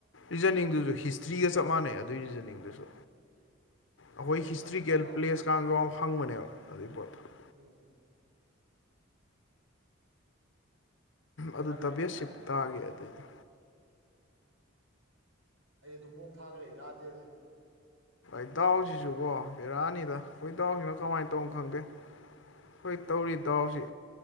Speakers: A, on the left; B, on the right.
A: ꯔꯤꯖꯅꯤꯡꯗꯨꯁꯨ
B: ꯎꯝ
A: ꯍꯤꯁꯇ꯭ꯔꯤꯒ ꯆꯞ ꯃꯥꯟꯅꯩ ꯑꯗꯨꯒꯤ ꯔꯤꯖꯅꯤꯡꯗꯨ ꯑꯗꯨꯁꯨ ꯑꯩꯈꯣꯏ
B: ꯍꯣꯏ ꯑꯗꯨꯃꯥꯏꯅ
A: ꯍꯤꯁꯇ꯭ꯔꯤꯀꯦꯜ
B: ꯈꯔ ꯌꯥꯎꯋꯦ
A: ꯄ꯭ꯂꯦꯁꯀꯒꯥꯎ ꯍꯪꯕꯅꯦꯕ ꯑꯗꯨꯏ ꯄꯣꯠꯇꯣ
B: ꯎꯝ ꯎꯝ ꯕꯦꯔꯥ
A: ꯑꯗꯨ
B: ꯀꯥꯏ
A: ꯇꯕꯦꯠ
B: ꯌꯥꯝ ꯍꯥꯏ
A: ꯁꯤꯞ
B: ꯑꯗꯨꯗ
A: ꯇꯥꯒꯦ ꯑꯗꯨꯏꯗ
B: ꯑꯩ ꯑꯗꯨꯝ ꯃꯨꯛ ꯊꯥꯈ꯭ꯔꯦ ꯌꯥꯗꯦꯗ
A: ꯏꯇꯥꯎꯁꯤꯁꯨꯀꯣ ꯕꯤꯔꯥꯅꯤꯗ ꯑꯩꯈꯣꯏ ꯏꯇꯥꯎꯁꯤꯅꯣ ꯀꯃꯥꯏꯅ ꯇꯧꯅꯣ ꯈꯪꯗꯦ ꯍꯣꯏ ꯇꯧꯔꯤ ꯗꯥꯎꯁꯤ